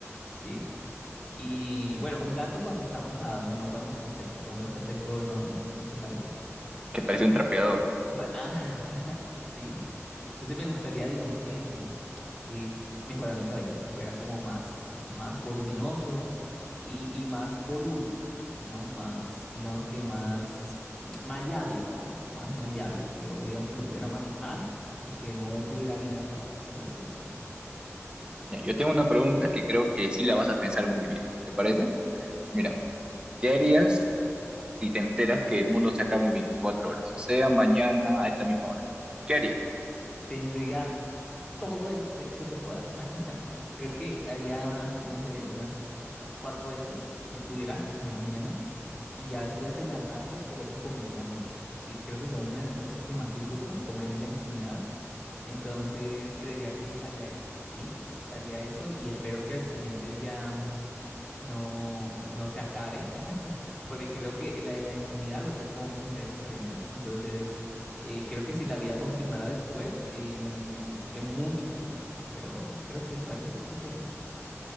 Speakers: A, in the centre; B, on the right.
A: Sí. Y bueno, un gato cuando está mojado, no, no cuando está seco. Cuando está seco no, no, no se parece.
B: que parece
A: Y-
B: un trapeador.
A: y fue- ah, <laughs> sí. Entonces me gustaría, digamos, que, mm, que mejorar mi cabello, que fuera como más, más voluminoso y, y más voluble, ¿no? Más, digamos que más mm, maleable, perdón, más maleable, que yo, digamos, que lo pudiera manejar y que no tuviera vida propia, por así decirlo.
B: Ya, yo tengo una pregunta que creo que sí la vas a pensar muy bien. ¿Te parece? Mira, ¿qué harías? y te enteras que el mundo se acaba en 24 horas, o sea, mañana a esta misma hora. ¿Qué harías?
A: Tendría todo el sexo que pueda. <laughs> Creo que haría, mm, no sé, unas cuatro veces, si pudiera, en la mañana. Y ya después en la tarde creo que comería mucho, ¿sí? Creo que son una de las cosas que más disfruto, comer y la intimidad. Entonces creería que haría eso, ¿sí? Haría eso y espero que al siguiente día mm, no, no se acabe, <laughs> porque creo que la de la intimidad lo haría con mujeres diferentes. Entonces, eh, creo que si la vida continuara después, eh, me metería en muchos problemas, pero creo que eso haría. ¿Tú qué harías?